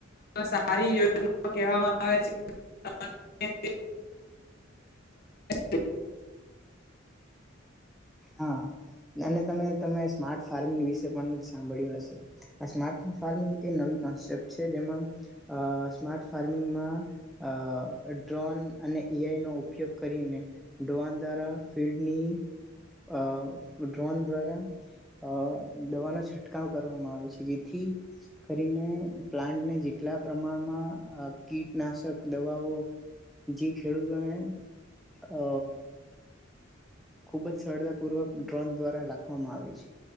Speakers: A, on the left (about 50°); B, in the centre.
A: સારી યોજનાઓ કહેવામાં આવે છે.
B: હા અને તમે તમે સ્માર્ટ ફાર્મિંગ વિશે પણ સાંભળ્યું હશે આ સ્માર્ટ ફાર્મિંગ એ નવી કોન્સેપ્ટ છે, જેમાં સ્માર્ટ ફાર્મિંગમાં અ ડ્રોન અને એ આઈ નો ઉપયોગ કરીને ડ્રોન દ્વારા ફિલ્ડની. અ ડ્રોન દ્વારા અ દવાનો છંટકાવ કરવામાં આવે છે, જેથી કરીને પ્લાન્ટને જેટલા પ્રમાણમાં કીટનાશક દવાઓ જે ખેડૂતોને અ. ખુબ જ સરતા પૂર્વક ડ્રોન દ્વારા લખવામાં આવે છે,